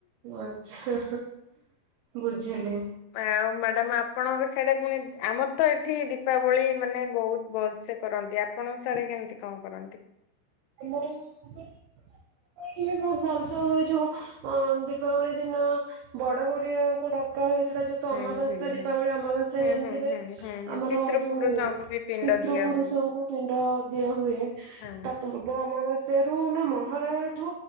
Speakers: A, on the right; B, on the left.
A: ଆଛା ବୁଝିଲି
B: ଆଉ ମ୍ୟାଡାମ ଆପଣଙ୍କ ସେଆଡେ ପୁଣି ଆମର ତ ଏଠି ଦୀପାବଳି ମାନେ ବହୁତ ଭଲ ସେ କରନ୍ତି ଆପଣଙ୍କ ସାଡେ କେମିତି କଣ କରନ୍ତି?
A: ତୁମର <unintelligible> ଏଠିବି ବି ବହୁତ ଭଲସେ ହୁଏ ଯୋଉ ଅ ଦୀପାବଳି ଦିନ ବଡ ବଡିଆ ଆଉ କୋଉ ଡକା ହୁଏ ସେଇଟା ଯେ ତ
B: ହୁଁ
A: ଅମାବାସ୍ୟା
B: ହୁଁ
A: ଦୀପାବଳି
B: ହୁଁ।
A: ଅମାବାସ୍ୟା
B: ହୁଁ
A: ଜାଣିଥିବେ
B: ହୁଁ ହୁଁ ହୁଁ ହୁଁ
A: ଆମର
B: ପିତୃ
A: ଯୋଉ
B: ପୁରୁଷଙ୍କୁ ବି ପିଣ୍ଡ
A: ପିତୃ
B: ଦିଆ
A: ପୁରୁଷଙ୍କୁ
B: ହୁଏ।
A: ପିଣ୍ଡ ଦିଆ ହୁଏ
B: ହଁ
A: ତା ପୂର୍ବ ପୂର୍ବ ଅମାବାସ୍ୟାରୁ ନା ମହଳାୟ ଠୁ